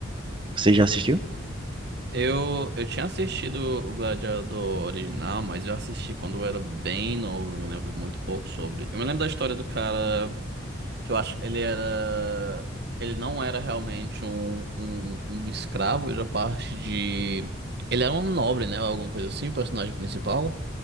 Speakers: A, on the right; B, on the right.
A: Você já assistiu?
B: Eu, eu tinha assistido o Gladiador original, mas eu assisti quando eu era bem novo. Eu me lembro muito pouco sobre. Eu me lembro da história do cara que eu acho que ele era. Ele não era realmente um, um, um escravo, ele era parte de. Ele era um nobre, né? Alguma coisa assim, o personagem principal.